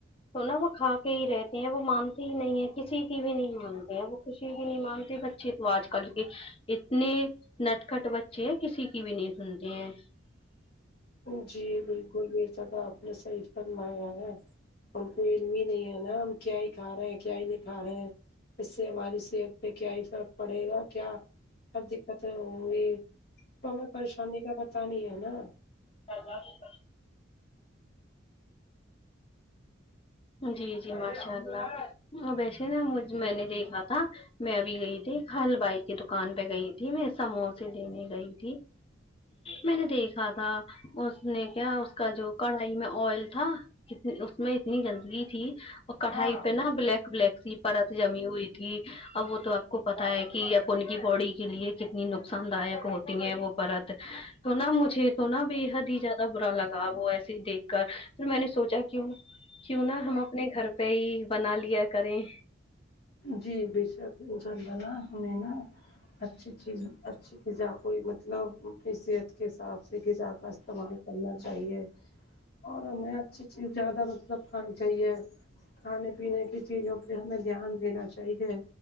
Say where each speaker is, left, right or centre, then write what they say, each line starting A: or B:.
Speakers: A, on the left (about 30°); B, on the left (about 50°).
A: تو نا وہ کھا کے ہی رہتے ہیں وہ مانتی ہی نہیں ہے کسی کی بھی نہیں مان وہ کس کی نہیں مانتی بچے تو آج کل کی اتنے نٹ کٹ بچے ہیں کسی کی بھی نہیں سنتے ہیں
B: جی بالکل یہ سب آپ نے صحیح فرمایا ہے ان کو علم ہی نہیں ہے نا ہم کیا ہی کھا رہے ہیں کیا ہی نہیں کھا رہے ہیں اس سے ہماری صحت پہ کیا افقٹ پڑے گا کیا کیا دقتیں ہوں گی تو ہمیں پریشانی کا پتا نہیں ہے نا
A: <unintelligible> جی جی ماشاء اللہ ویسے نا مج میں نے دیکھا تھا میں ابھی گئی تھی کل بائی کی دکان پہ گئی تھی میں سموسے دینے گئی تھی میں نے دیکھا تھا اس نے کیا اس کا جو کڑھائی میں آئل تھاتنی اس میں اتنی گندگی تھی کڑھائی پہ نا بلیک بلیک سی پرت جمی ہوئی تھی اب وہ تو آپ کو پتا ہے کہ اپن کی باڈی کے لیے کتنی نقصان دایک ہوتی ہیں وہ پرت تو نا مجھے تو نا بے حد ہی زیادہ برا لگا وہ ایسے دیکھ کر پھر میں نے سوچا کیوں کیوں نا ہم اپنے گھر پہ ہی بنا لیا کریں
B: جی بے شک انشاءاللہ نا ہمیں نہ اچھی چیز اچھی غذا کوئی مطلب اپنی صحت کے حساب سے غذا کا استعمال کرنا چاہیے
A: <inaudible>
B: اور ہمیں اچھی چیز زیادہ مطلب کھانی چاہیے کھانے پینے کی چیزوں پہ ہمیں دھیان ین چاہے